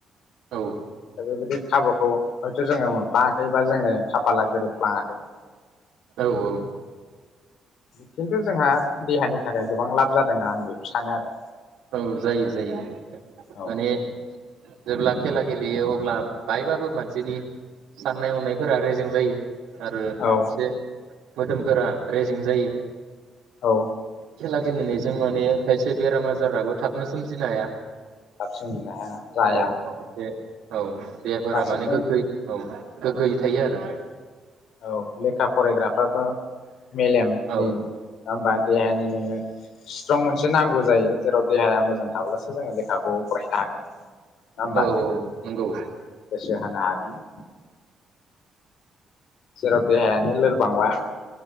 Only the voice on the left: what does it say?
दा बेबायदि खाबुखौ हयथ' जोङो मोनफ्लाङाखैबा जोङो खाफाला गोरोबफ्लाङाखै। <inaudible>
खिन्थु जोंहा देहानि थाखाय गोबां लाब जादों आं बेखौ सानो आरो।
औ
औ
औ
थाब सोमजिनो हाया जाया।
फारसेथिं
औ लेखा फरायग्राफ्राबो मेलेमनि
नङा होमबा जायानि जोङो स्ट्रं मोनसे नांगौ जायो जेराव देहाया मोजां थाब्लासो जोङो लेखाखौ फरायनो हागोन नङा होमबा
गोसो होनो हागोन जेराव देहायानो लोरबांब्ला